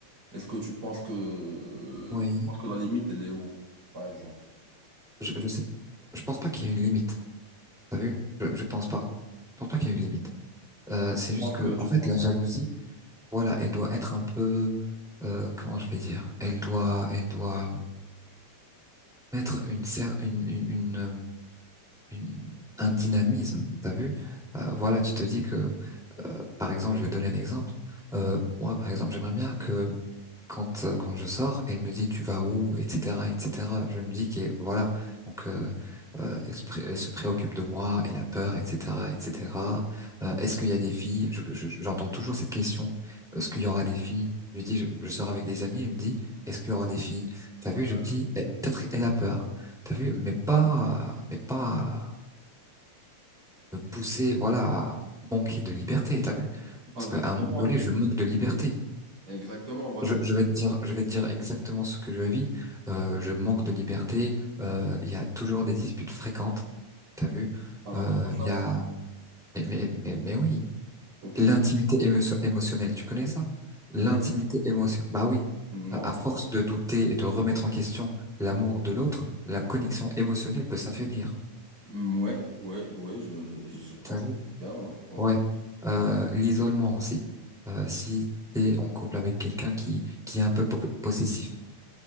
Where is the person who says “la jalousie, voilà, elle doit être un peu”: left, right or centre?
Centre